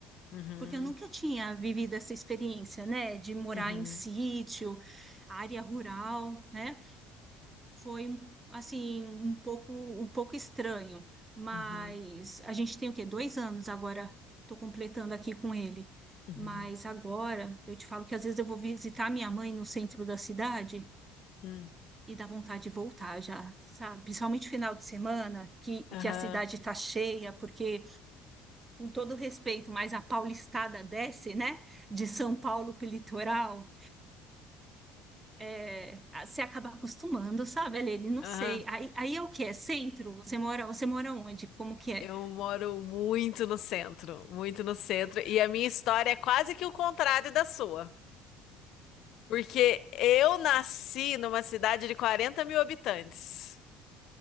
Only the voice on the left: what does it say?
Uhum,
uhum,
uhum,
uhum,
uhum.
Aham,
aham.
Eu moro muito no centro, muito no centro, e a minha história é quase que o contrário da sua, porque eu nasci numa cidade de 40 mil habitantes.